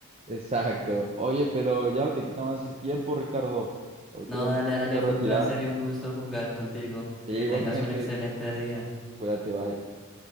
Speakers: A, on the right (about 25°); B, in the centre.
A: Exacto. Oye, pero ya no te quita más el tiempo, Ricardo. Ahorita
B: No,
A: ya
B: dale,
A: me tengo
B: dale,
A: que
B: fue
A: retirar.
B: un placer y un gusto jugar contigo.
A: Sí,
B: Que
A: igualmente.
B: tengas un excelente día.
A: Cuídate, bye.